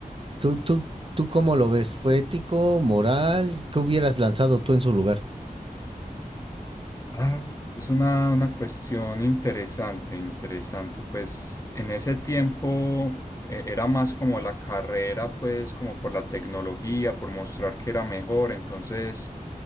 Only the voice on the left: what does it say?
Ah, es una, una cuestión interesante, interesante. Pues en ese tiempo eh, era más como la carrera, pues como por la tecnología, por mostrar que era mejor. Entonces,